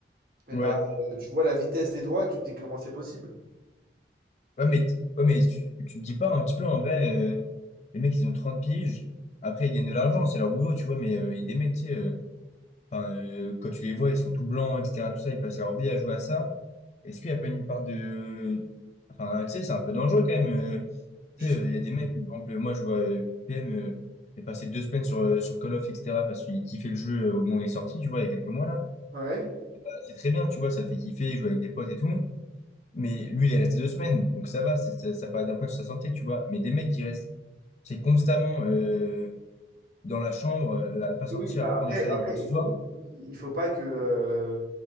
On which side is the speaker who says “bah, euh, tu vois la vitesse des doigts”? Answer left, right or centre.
Right